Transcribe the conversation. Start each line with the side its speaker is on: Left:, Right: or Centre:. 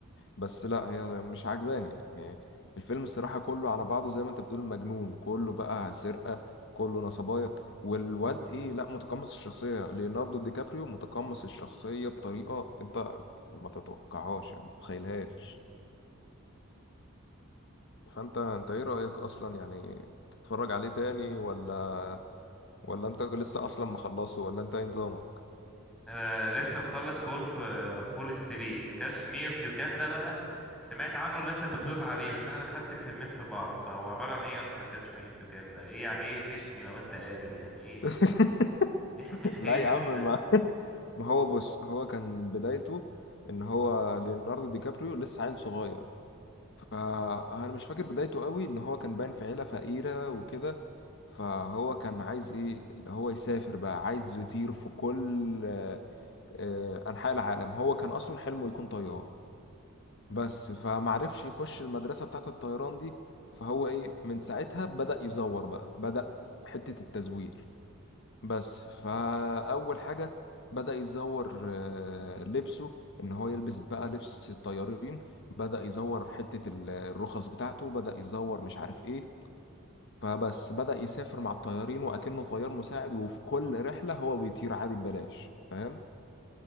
Left: بس لا هي مش عجباني يعني الفيلم الصراحة كله على بعضه زي ما انت بتقول مجنون كله بقى سرقة كله نصبايا والواد ايه لا متقمص الشخصية ليوناردو دي كابريو متقمص الشخصية بطريقة انت ما تتوقعهاش يعني ما تتخيلهاش فانت انت ايه رأيك اصلا يعني تتفرج عليه تاني ولا ولا انت لسه اصلا مخلصه ولا انت ايه نظامك
Centre: انا لسه مخلص وولف فول ستريت كاتش مي اوف يو كان ده بقى سمعت عنه اللي انت بتقول عليه بس انا دخلت الفيلمين في بعض فهو عبارة عن ايه اصلا كاتش مي اوف يو كان ده ايه يعني ايه فشني لو انت قادر يعني ايه
Left: <laughs>
Centre: <laughs>
Left: لا
Centre: ايه ده
Left: يا عم
Centre: مش فاهم
Left: ما <laughs> ما هو بص هو كان بدايته ان هو ليوناردو دي كابريو لسه عيل صغير فانا مش فاكر بدايته قوي ان هو كان باين في عيله فقيره وكده فهو كان عايز ايه اللي هو يسافر بقى عايز يطير في كل آه، آه، انحاء العالم هو كان اصلا حلمه يكون طيار بس فمعرفش يخش المدرسه بتاعه الطيران دي فهو ايه من ساعتها بدأ يزور بقى بدأ حته التزوير بس فأول حاجة بدأ يزور آه، لبسه إن هو يلبس بقى لبس الطيارين بدأ يزور حتة ال- الرخص بتاعته بدأ يزور مش عارف إيه فبس بدأ يسافر مع الطيارين وأكنه طيار مساعد وفي كل رحلة هو بيطير عادي ببلاش فاهم